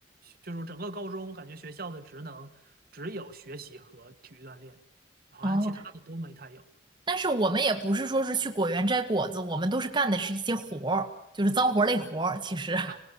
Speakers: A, on the right; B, on the right.
A: 就是整个高中，我感觉学校的职能只有学习和体育锻炼，好像其他的都没太有。
B: 哦，但是我们也不是说是去果园摘果子，我们都是干的是一些活儿，就是脏活儿累活儿。其实，
A: <laughs> 啊